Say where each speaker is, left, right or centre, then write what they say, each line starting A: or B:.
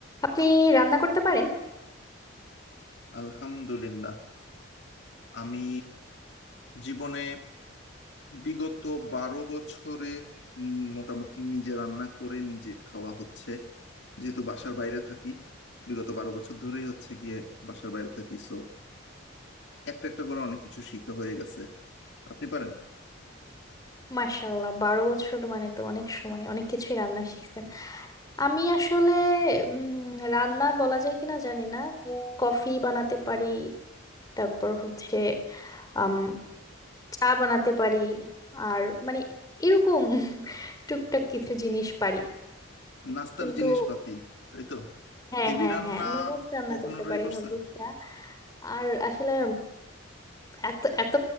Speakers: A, on the left; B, on the left.
A: আপনি রান্না করতে পারেন
B: আলহামদুলিল্লাহ আমি জীবনে বিগত বারো বছরে উম, মোটামুটি নিজে রান্না করে নিজে খাওয়া হচ্ছে যেহেতু বাসার বাইরে থাকি বিগত বারো বছর ধরেই হচ্ছে গিয়ে বাসার বাইরে থাকি সো একটা একটা করে অনেক কিছু শিখা হয়ে গেছে আপনি পারেন
A: মাশাল্লাহ বারো বছর মানে তো অনেক সময় অনেক কিছুই রান্না শিখছেন আমি আসলে উম, রান্না বলা যায় কিনা জানি না কফি বানাতে পারি তারপর হচ্ছে আম, চা বানাতে পারি আর মানে এরকম <laughs> টুকটাক কিছু জিনিস পারি
B: নাস্তার
A: কিন্তু
B: জিনিসপাতি তাই তো
A: হ্যাঁ
B: হেভি
A: হ্যাঁ
B: রান্না
A: হ্যাঁ নুডলস রান্না
B: কখনো
A: করতে
B: ট্রাই
A: পারি
B: করছেন
A: নুডলসটা আর আসলে এত এত